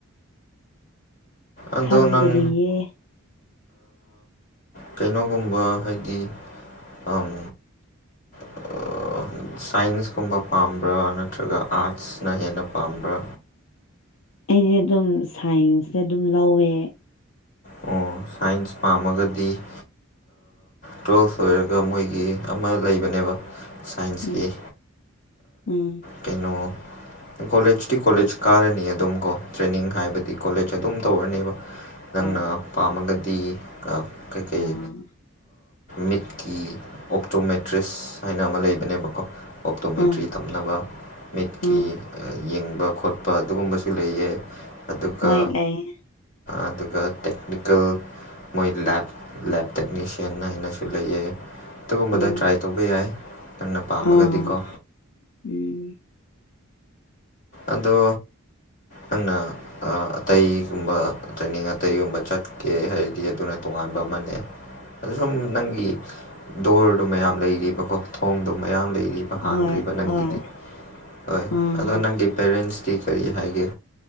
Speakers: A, on the left; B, on the left.
A: ꯑꯗꯣ
B: ꯈꯪꯗ꯭ꯔꯤꯌꯦ
A: ꯅꯪ ꯀꯩꯅꯣꯒꯨꯝꯕ ꯍꯥꯏꯗꯤ ꯑꯪ <unintelligible> <inaudible> ꯁꯥꯏꯟꯁꯀꯨꯝꯕ ꯄꯥꯝꯕ꯭ꯔꯥ ꯅꯠꯇ꯭ꯔꯒ ꯑꯥꯔꯠꯁꯅ ꯍꯦꯟꯅ ꯄꯥꯝꯕ꯭ꯔꯥ
B: ꯑꯩꯁꯦ ꯑꯗꯨꯝ ꯁꯥꯏꯟꯁꯇ ꯑꯗꯨꯝ ꯂꯧꯋꯦ
A: ꯑꯣ ꯁꯥꯏꯟꯁ ꯄꯥꯝꯃꯒꯗꯤ <inaudible> ꯇꯨꯋꯦꯜꯐ ꯂꯣꯏꯔꯒ ꯃꯣꯏꯒꯤ ꯑꯃ ꯂꯩꯕꯅꯦꯕ <inaudible> ꯁꯥꯏꯟꯁꯀꯤ
B: ꯎꯝ ꯎꯝ
A: ꯀꯩꯅꯣ ꯀꯣꯂꯦꯖꯇꯤ ꯀꯣꯂꯦꯖ ꯀꯥꯔꯅꯤ ꯑꯗꯨꯝ ꯀꯣ ꯇ꯭ꯔꯦꯅꯤꯡ ꯍꯥꯏꯕꯗꯤ ꯀꯣꯂꯦꯖ ꯑꯗꯨꯝ ꯇꯧꯔꯅꯤꯕ ꯅꯪꯅ
B: ꯑꯥ
A: ꯄꯥꯝꯃꯒꯗꯤ ꯀꯩ ꯀꯩ
B: ꯑꯥ
A: ꯃꯤꯠꯀꯤ ꯑꯣꯞꯇꯣꯃꯦꯦꯇ꯭ꯔꯤꯁ ꯍꯥꯏꯅ ꯑꯃ ꯂꯩꯕꯅꯦꯕꯀꯣ ꯑꯣꯞꯇꯣꯃꯦꯇ꯭ꯔꯤ
B: ꯑꯥ
A: ꯇꯝꯅꯕ ꯃꯤꯠꯀꯤ
B: ꯑꯥ
A: ꯌꯦꯡꯕ ꯈꯣꯠꯄ ꯑꯗꯨꯒꯨꯝꯕꯁꯨ ꯂꯩꯌꯦ ꯑꯗꯨꯒ
B: ꯍꯣꯏ ꯂꯩꯌꯦ
A: ꯑꯗꯨꯒ ꯇꯦꯛꯅꯤꯀꯦꯜ ꯃꯣꯏ ꯂꯦꯞ ꯂꯦꯞ ꯇꯦꯛꯅꯤꯁꯤꯌꯟ ꯍꯥꯏꯅꯁꯨ ꯂꯩꯌꯦ ꯑꯗꯨꯒꯨꯝꯕꯗ
B: ꯎꯝ
A: ꯇ꯭ꯔꯥꯏ ꯇꯧꯕ ꯌꯥꯏ ꯅꯪꯅ ꯄꯥꯝꯃꯒꯗꯤꯀꯣ
B: ꯑꯥ ꯎꯝ <unintelligible> <inaudible>
A: ꯑꯗꯣ ꯑ <inaudible> ꯑꯇꯩꯒꯨꯝꯕ ꯇ꯭ꯔꯦꯅꯤꯡ ꯑꯇꯩꯒꯨꯝꯕ ꯆꯠꯀꯦ ꯍꯥꯏꯔꯗꯤ ꯑꯗꯨꯅ ꯇꯣꯉꯥꯟꯕ ꯑꯃꯅꯦ ꯑ ꯁꯨꯝ ꯅꯪꯒꯤ ꯗꯣꯔꯗꯣ ꯃꯌꯥꯝ ꯂꯩꯔꯤꯕꯀꯣ ꯊꯣꯡꯗꯣ ꯃꯌꯥꯝ ꯂꯩꯔꯤꯕ ꯍꯥꯡꯈ꯭ꯔꯤꯕ
B: ꯍꯣꯏ
A: ꯅꯪꯒꯤꯗꯤ
B: ꯍꯣꯏ
A: ꯍꯣꯏ
B: ꯑꯥ
A: ꯑꯗꯣ ꯅꯪꯒꯤ ꯄꯦꯔꯦꯟꯁꯇꯤ ꯀꯔꯤ ꯍꯥꯏꯒꯦ